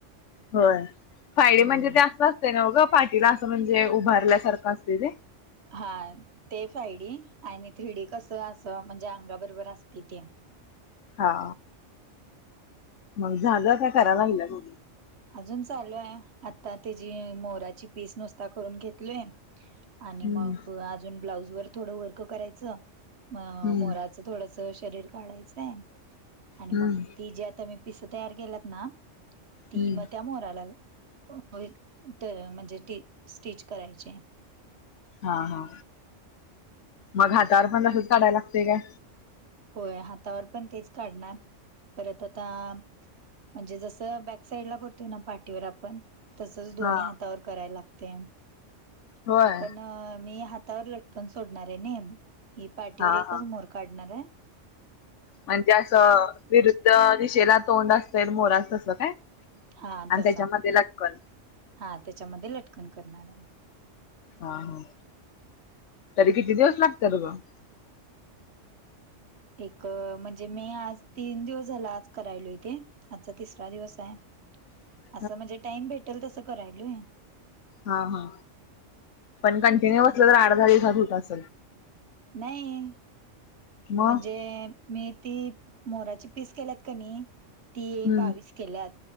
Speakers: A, on the left (about 70°); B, on the right (about 60°).
A: होय, फ्रायडे
B: हम्म
A: म्हणजे ते असं असतय नव्ह गं, पाठीला असं म्हणजे उभारल्यासारखं असते ते.
B: हा, ते फ्रायडी आणि थ्रीडी कसं असं म्हणजे अंगा बरोबर असते ते.
A: हा. मग झालं काय कराय लागल्यात.
B: अजून चालू हाय. आता त्येजी मोराची पीस नुसता करून घेतलेय. आणि
A: हम्म.
B: मग, अजून ब्लाऊज वर थोडं वर्क करायचं म
A: हम्म
B: मोरा च, थोडस शरीर काढायचाय आणि
A: हम्म
B: मग ती जी आता मी पिस तयार केल्यात ना. ती
A: हम्म
B: मग त्या मोराला, म, त, म्हणजे टी, स्टिच करायचे.
A: हा, हा मग हातावर पण असच काढाय लागतय काय?
B: होय हातावर पण तेच काढणार, परत आता म्हणजे जस बॅक साईड ला करतोय ना पाठीवर आपण, तसच दोन्ही
A: हा
B: हातावर कराय लागतय.
A: होय
B: पण, मी हातावर लटकन सोडणार आहे नि. ही पाठीवर
A: हा
B: एकच
A: हा.
B: मोर काढणार हाय.
A: म्हणजे असं, विरुद्ध दिशेला तोंड असतय मोराच तसं काय?
B: हा
A: आणि
B: तस,
A: त्याच्यामध्ये लटकन
B: हा त्याच्यामध्ये लटकन करणार हाय.
A: हा, हा तरी किती दिवस लागत्यात गं?
B: एक म्हणजे मी आज तीन दिवस झाल आज करायलो ते. आजचा तिसरा दिवस हाय.
A: <unintelligible>
B: असं म्हणजे टाइम भेटेल तसं करायलोय.
A: हा, हा पण कंटिन्यू बसलं तर आठ -दहा दिवसात हुत असल.
B: नाही,
A: मग
B: म्हणजे मी ती मोराची पीस केल्यात कनी ती
A: हम्म
B: बावीस केल्यात,